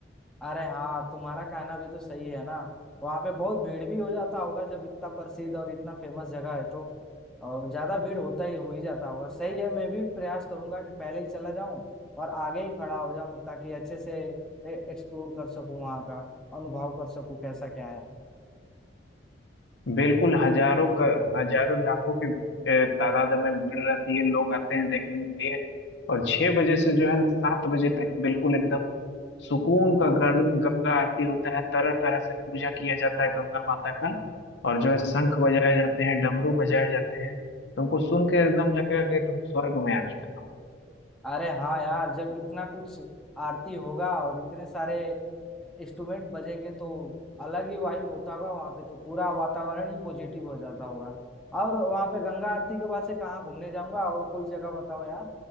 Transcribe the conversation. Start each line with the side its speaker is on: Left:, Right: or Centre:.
Centre: अरे हाँ तुम्हारा कहना भी तो सही है ना वहाँ पे बहुत भीड़ भी हो जाता होगा जब इतना प्रसिद्ध और इतना फेमस जगह है तो और ज्यादा भीड़ होता ही हो ही जाता होगा सही है मैं भी प्रयास करूंगा कि पहले ही चला जाऊं और आगे ही खड़ा हो जाऊं ताकि अच्छे से एक्सप्लोर कर सकूं वहाँ का अनुभव कर सकूं कैसा क्या है
Left: बिल्कुल हजारों क, हजारों लाखों की अ, तादाद में भीड़ रहती है लोग आते हैं देखने के लिए और छह बजे से जो है ना सात बजे तक बिल्कुल एकदम सुकून का गार्डन गंगा आरती होता है तरह तरह से पूजा किया जाता है गंगा माता का और जो है शंख बजाए जाते हैं डमरू बजाए जाते हैं तुमको सुन के एकदम लगेगा कि तुम स्वर्ग में आ चुके हो
Centre: अरे हाँ यार जब इतना कुछ आरती होगा और इतने सारे इंस्ट्रूमेंट बजेंगे तो अलग ही वाइब होता होगा वहां पे तो पूरा वातावरण ही पॉजिटिव हो जाता होगा और वहां पे गंगा आरती के बाद से कहाँ घूमने जाऊंगा और कोई जगह बताओ यार